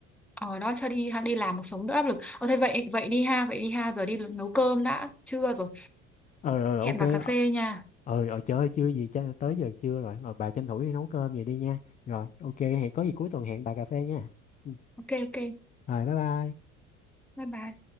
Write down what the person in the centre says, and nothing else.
Ờ đó cho đi đi làm cuộc sống đỡ áp lực. Ờ thế vậy vậy đi ha, vậy đi ha, giờ đi nấu cơm đã, trưa rồi.
Hẹn bà cà phê
nha.
Ok ok.
Bye bye.